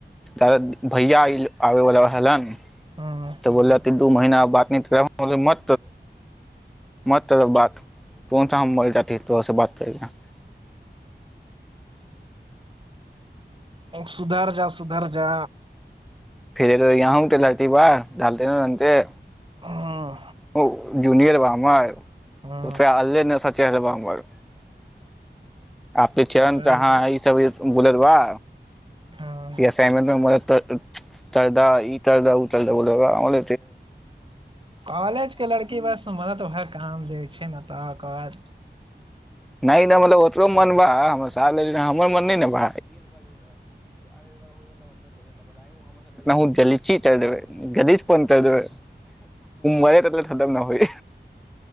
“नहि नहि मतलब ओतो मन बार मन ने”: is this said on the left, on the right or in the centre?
Centre